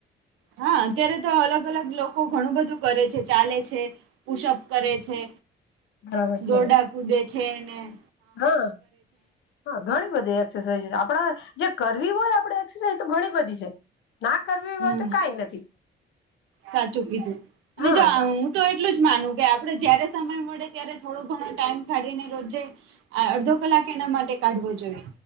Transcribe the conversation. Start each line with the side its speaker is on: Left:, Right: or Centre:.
Right: હા, અત્યારે તો અલગ અલગ લોકો, ઘણું બધું કરે છે ચાલે છે. પુષઅપ કરે છે,
Left: બરાબર
Right: દોરડા
Left: છે
Right: કૂદે છે એને-
Left: હા, હા ઘણી બધી એક્સરસાઇઝ આપડા- જે કરવી હોય આપણેે એક્સરસાઇઝ, તો ઘણી બધી છે. ના કરવી
Right: હમ
Left: હોય, તો કઈ નથી.
Right: સાચું કીધું, અને
Left: હા
Right: જો હ-
Left: ના
Right: તો એટલું જ માનું, કે આપણે જયારે સમય મળે ત્યારે થોડો ઘણો ટાઈમ કાઢીને રોજે- આ અડધો કલાક એના માટે કાઢવો જોઈએ.